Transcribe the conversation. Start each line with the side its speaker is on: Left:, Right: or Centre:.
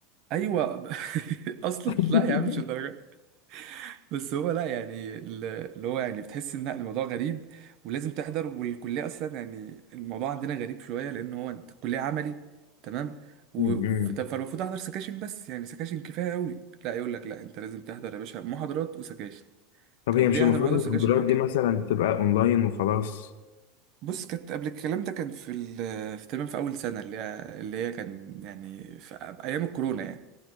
Right: ايوه <laughs> اصلا
Left: <laughs>
Right: لا يا عم مش الدرجة بس هو لا يعني ال- اللي هو يعني بتحس ان الموضوع غريب ولازم تحضر والكليه اصلا يعني الموضوع عندنا غريب شويه لان هو أنت الكليه عملي تمام و-
Left: مم.
Right: فت- فالمفروض احضر سكاشن بس يعني سكاشن كفايه قوي لا يقول لك لا انت لازم تحضر يا باشا محاضرات وسكاشن
Left: طب
Right: طب
Left: هي مش
Right: ليه
Left: المفروض
Right: احضر محاضرات
Left: المحاضرات
Right: وسكاشن هو كده
Left: دي مثلا تبقى اونلاين وخلاص
Right: بص كانت قبل الكلام ده كان في ال في تمام في اول سنه اللي هي اللي هي كان يعني في أ- ايام الكورونا يعني